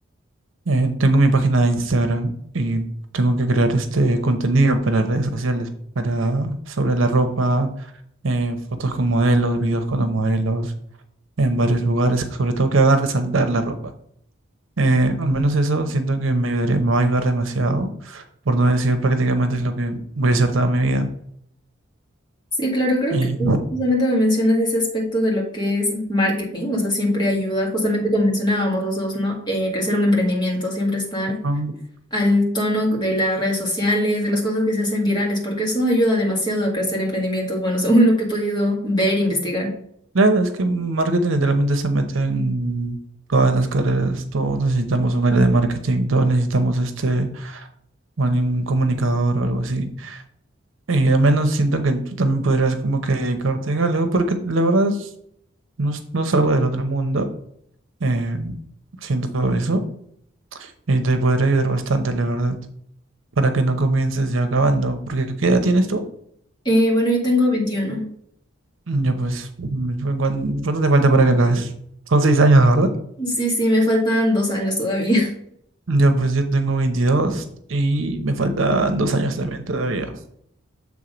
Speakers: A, on the right (about 75°); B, on the left (about 20°).
A: eh, tengo mi página de Instagram y tengo que crear este contenido para redes sociales, para sobre la ropa eh, fotos con modelos, videos con los modelos, en varios lugares, sobre todo que hagan resaltar la ropa. Eh, al menos eso siento que me ayudaría, me va a ayudar demasiado, por no decir prácticamente es lo que voy a hacer toda mi vida.
B: Sí, claro, creo
A: Y,
B: que justamente me mencionas ese aspecto de lo que es marketing, o sea, siempre ayuda, justamente como mencionábamos los dos, ¿no? Eh, crecer un emprendimiento, siempre estar
A: ah,
B: al tono de las redes sociales, de las cosas que se hacen virales, porque eso ayuda demasiado a crecer emprendimientos, bueno, <laughs> según lo que he podido ver e investigar.
A: claro, es que marketing literalmente se mete en todas las carreras, todos necesitamos un área de marketing, todos necesitamos este, o algún comunicador o algo así. Y al menos siento que tú también podrías como que dedicarte a algo, porque la verdad... No, es- no es algo del otro mundo, eh, siento eso, y te podría ayudar bastante, la verdad, para que no comiences ya acabando, porque ¿qué edad tienes tú?
B: Eh, bueno, yo tengo 21.
A: Mm, Ya pues, mm, ¿cu- cuán- ¿cuánto te falta para que acabes? Son seis años, ¿verdad?
B: Sí, sí, me faltan dos años todavía. <laughs>
A: Ya pues yo tengo 22 y me faltan dos años también todavía.